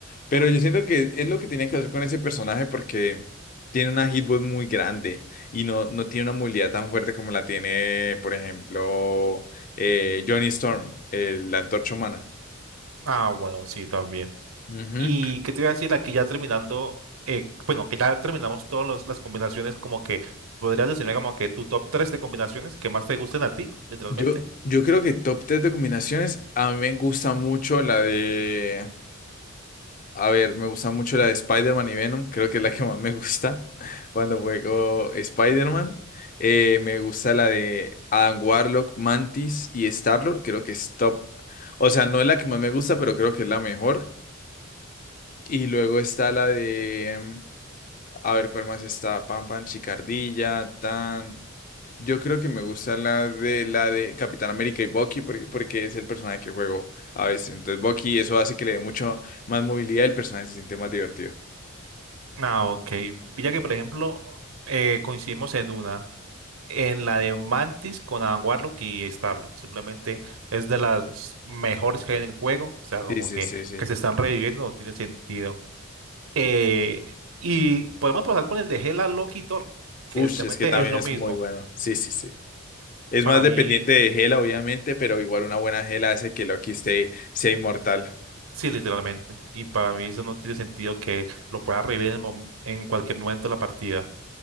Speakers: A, on the left; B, on the right.
A: Pero yo siento que es lo que tenía que hacer con ese personaje porque tiene una hitbox muy grande y no, no tiene una movilidad tan fuerte como la tiene, por ejemplo, eh, Johnny Storm, el, la antorcha humana.
B: Ah, bueno, sí, también.
A: Ujú.
B: ¿Y qué te iba a decir? Aquí ya terminando, eh, bueno, que ya terminamos todas las combinaciones, como que podrías decirme como que tu top 3 de combinaciones que más te gusten a ti, literalmente.
A: Yo, yo creo que top 3 de combinaciones, a mí me gusta mucho la de A ver, me gusta mucho la de Spider-Man y Venom, creo que es la que más me gusta <laughs> cuando juego Spider-Man. Eh, me gusta la de Adam Warlock, Mantis y Star-Lord, creo que es top. O sea, no es la que más me gusta, pero creo que es la mejor. Y luego está la de, em, a ver cuál más está, Pan Pan, Chicardilla, Tan. Yo creo que me gusta la de la de Capitán América y Bucky porque, porque es el personaje que juego a veces. Entonces Bucky eso hace que le dé mucho más movilidad y el personaje se siente más divertido.
B: Ah, ok. Pilla que, por ejemplo, eh, coincidimos en una, en la de Mantis con Adam Warlock y Starlord. Simplemente es de las mejores que hay en el juego. O sea, como
A: Sí, sí,
B: que,
A: sí, sí.
B: que se están reviviendo, no tiene sentido. Eh, y podemos pasar con el de Hela, Loki y Thor, que
A: Ush,
B: literalmente
A: es que también
B: es lo
A: es
B: mismo.
A: muy bueno. Sí, sí, sí. Es
B: Para
A: más dependiente
B: mí,
A: de gela, obviamente, pero igual una buena gela hace que Loki esté, sea inmortal.
B: sí, literalmente. Y para mí eso no tiene sentido que lo pueda revivir en, el mom- en cualquier momento de la partida.